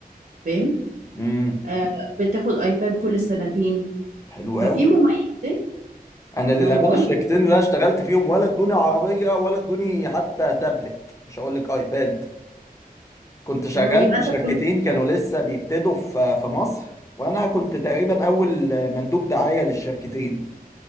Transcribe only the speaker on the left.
امم
حلو
قوي
انا للأمانة
الشركتين اللي انا اشتغلت فيهم ولا ادوني عربية ولا ادوني حتى تابلت مش هقول لك ايباد كنت شغال
في
شركتين
كانوا لسه بيبتدوا في في مصر وانا كنت تقريبا اول مندوب دعاية للشركتين